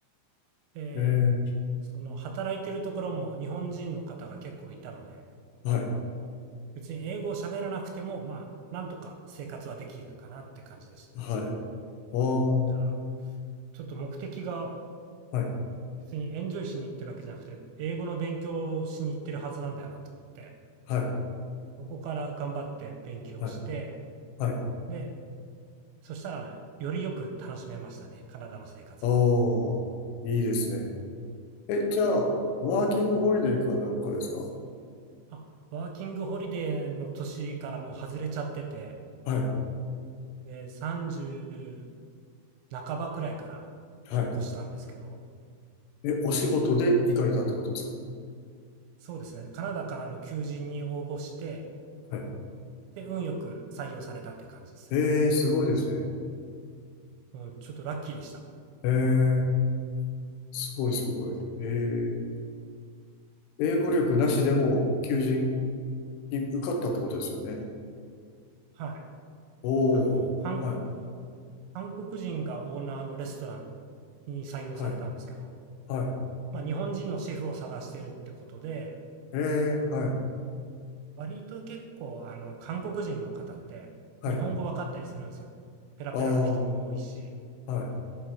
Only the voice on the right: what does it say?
で、
その働いてるところも日本人の方が結構いたので、
別に英語を喋らなくても、まあ、なんとか生活はできるかなって感じでした。
ただ、ちょっと目的が
別にエンジョイしに行ってるわけじゃなくて、英語の勉強をしに行ってるはずなんだよなと思って、
そこから頑張って勉強して、
で、そしたら、よりよく楽しめましたね、カナダの生活を。
あ、ワーキングホリデーの年からもう外れちゃってて、
で、30半ばくらいから引っ越したんですけど、
そそうですね、カナダからの求人に応募して、
で、運よく採用されたって感じですね。
うん、ちょっとラッキーでした。
はい。
あの、韓国
韓国人がオーナーのレストランに採用されたんですけど、
まあ、日本人のシェフを探してるってことで、
割と結構、あの、韓国人の方って日本語分かったりするんですよね。
ペラペラの人も多いし。